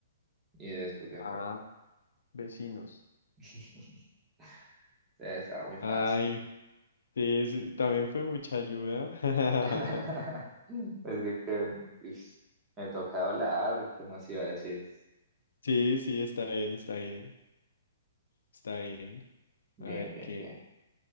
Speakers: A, on the right; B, on the left.
A: y de estos de acá.
B: Ah, vecinos.
A: <laughs> Sí, Está muy fácil.
B: Ay, sí, sí, también fue mucha ayuda. <laughs>
A: <laughs> Es que, que, ups, me toca hablar, ¿qué más iba a decir?
B: Sí, sí, está bien, está bien, está bien.
A: Bien,
B: A ver
A: bien,
B: qué.
A: bien.